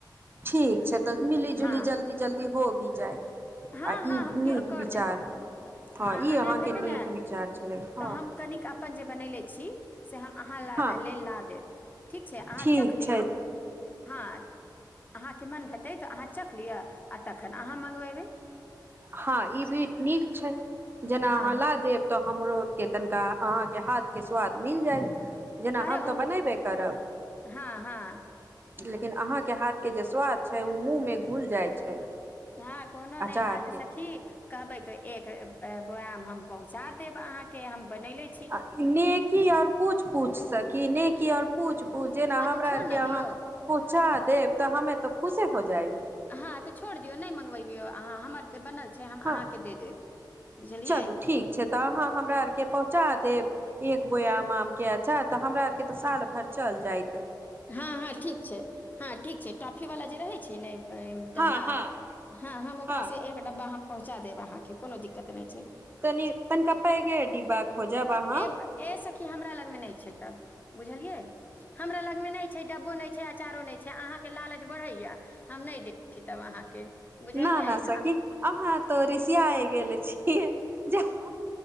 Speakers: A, on the right; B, on the left.
A: ठीक छै तऽ मिली- जुली,
B: हँ
A: जल्दी -जल्दी हो भी जायत
B: हँ
A: आ
B: हँ
A: ई
B: हम के-
A: नीक
B: कर
A: विचार
B: देब आहाँ के हँ
A: ई
B: आ
A: अहाँके
B: नब हेतै
A: नीक
B: न
A: विचार छलै हँ
B: तऽ हम कनिक अपन जे बनयले छी से हम अहाँ ला
A: हँ
B: लेल ला देब ठीक छै अहाँ
A: ठीक
B: चख लियौ
A: छै
B: हँ अहाँके मन भेतै तऽ अहाँ चख लिअ आ तखन अहाँ मँगबेबै
A: हँ ई बीट नीक छै जेना
B: हँ
A: अहाँ ला देब तऽ हमरो ओर के तनिका अहाँके हाथ के स्वाद मिल जायत जेना
B: अरे
A: हम तऽ
B: ओन
A: बनैबे करब
B: हँ हँ
A: लेकिन अहाँके हाथ के जे स्वाद छै ओ मुँह मे घुल जाइ छै
B: हँ कोनो
A: अचारके
B: नै बात सखी कहबै तो एक वोयाम हम पहुँचा देब अहाँ के हम बनैले
A: आ नेकी आर पूछ -पूछ सकी नेकी आर पूछ- पूछ जेना
B: हँ
A: हमरा
B: तऽ छोड़
A: आओरके
B: ने
A: अहाँ
B: दियौ
A: पहूँचा देब तऽ हमे तऽ खुश हो जायब
B: हाँ तो छोड़ दियौ नै मँंगबयौ अहाँ हमर जे बनल छै हम
A: हँ
B: अहाँके दे देब बुझलियै
A: चलू ठीक छै तऽ अहाँ हमरा आरके पहुँचा देब एक बोययायम आमके अचार तऽ हमरा आरके तऽ साल भरि चल जाएत
B: हाँ हाँ ठीक छै हाँ ठीक छै टॉफी वला जे रहै छै ने ऐं
A: हँ
B: डब्बा
A: हँ
B: हाँ हम ओकरासँ
A: हँ
B: एक डब्बा हम पहुँचा देब अहाँके कोनो दिक्कत नहि छै
A: कनि तनिका पैघे डिब्बा खोजब अहाँ
B: ए ए सखी हमरा लगमे नहि छै तब बुझलियै हमरा लगमे नै छै डब्बो नै छै अचारो नै छै अहाँके लालच बढ़ैया हम नै दै छी तब अहाँके बुझलियै।
A: ना- ना सखी अहाँ तो ऋषिया गेल छियै जाउ